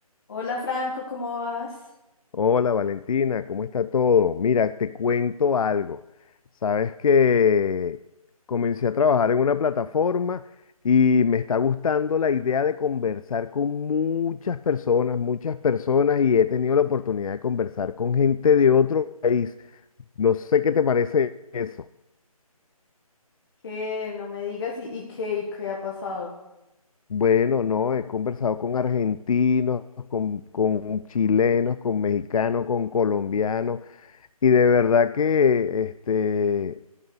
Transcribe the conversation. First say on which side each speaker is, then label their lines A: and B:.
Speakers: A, on the left; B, on the left.
A: Hola Franco, ¿cómo vas?
B: Hola Valentina, ¿cómo está todo? Mira, te cuento algo. Sabes que comencé a trabajar en una plataforma y me está gustando la idea de conversar con muchas personas, muchas personas y he tenido la oportunidad de conversar con gente de otro país. No sé qué te parece eso.
A: Que no me digas y, y qué y qué ha pasado.
B: Bueno, no, he conversado con argentinos, con, con chilenos, con mexicanos, con colombianos. Y de verdad que este,